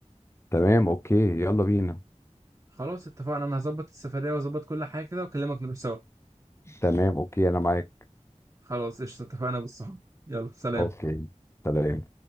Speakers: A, on the left; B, on the right.
A: تمام اوكي يلا بينا
B: خلاص اتفقنا انا هظبط السفرية واظبط كل حاجة كده واكلمك نروح سوا
A: تمام اوكي انا معاك
B: خلاص قشطة اتفقنا بالصحاب يلا سلام
A: اوكي سلام